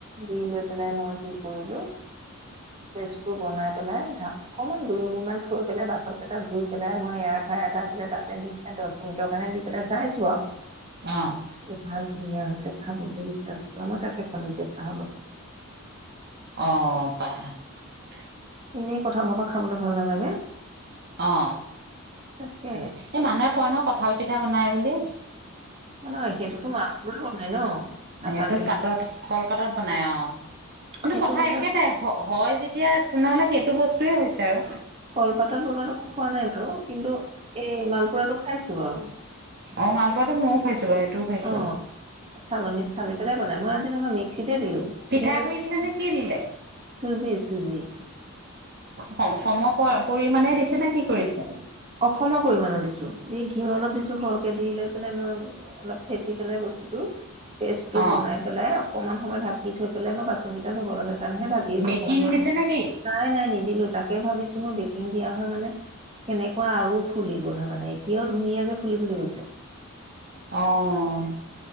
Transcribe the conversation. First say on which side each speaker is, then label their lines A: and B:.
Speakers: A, on the right (about 30°); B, on the right (about 50°).
A: দি লৈ, পেলাই, মই কি কৰিলোঁ পেষ্টটো বনাই পেলাই ধা, অকমান দুই মিনিট মান থৈ পেলাই বাচন কেইটা ধুই পেলাই, মই এয়াৰ ফ্ৰাই এটা আছিলে তাতে দি পেলাই দচ মিনিটৰ কাৰণে দি পেলাই চাইছোঁ আৰু।
B: অ'।
A: ইমান ধুনীয়া হৈছে খাব বুলি বিশ্বাস কৰা, মই তাকে খালোঁ এতিয়া চাহৰ লগত।
B: অ', <unintelligible>
A: এনেই কঁঠাল সোপা খাবলৈ ভাল নালাগে।
B: অ'।
A: তাকে
B: এই মানুহে কয় নহয় কঠ ভাল পিঠা বনাই বুলি।
A: নহয়, সেইটোতো <unintelligible> বনাই ন?
B: সেইটোত
A: আটা গুলি
B: পাতত <unintelligible> পাতত বনাই অ'। কিন্তু
A: সেইটো
B: কথা
A: হৈছে
B: একেটাই
A: খাই
B: হয়, যেতিয়া তেনেহ'লে সেইটো বস্তুয়ে হৈছে আৰু।
A: কলপাতত বনোৱাটো মই খোৱা নাই বাৰু কিন্তু এই মালপুৰাটো খাইছোঁ বাৰু।
B: অ', মালপোৰাটো মইয়ো খাইছোঁ বাৰু। সেইটোও খাইছো।
A: অ', চালনীত চালি পেলাই বনাই মই আজি নহয়, মিক্সিতে দিলোঁ,
B: পিঠাগুৰি
A: দি, লৈ
B: দিলে নে কি দিলে?
A: চুজি, চুজি।
B: সম-সম পৰিমাণে দিছে নে? কি কৰিছে?
A: সম পৰিমাণৰ দিছোঁ দি, ঘিউ অলপ দিছোঁ সৰহকে দি, লৈ, পেলাই মই অলপ ফেটি পেলাই বস্তু <unintelligible> পেষ্টটো
B: অ
A: বনাই পেলাই অক কমান সময় ঢাকি থৈ পেলাই মই বাচন কিটা ধুব লাগে কাৰণেহে ঢাকি
B: বেকিং
A: অকমান সময়
B: দিছে
A: থৈ,
B: নে কি
A: নাই, নাই, নিদি দিওঁ, তাকে ভাবিছো মই বেকিং দিয়া হয় মানে, কেনে কুৱা আৰু ফুলি গ'ল হয় মানে, এতিয়াও ধুনীয়াকে ফুলি ফুলি গৈছে।
B: অ'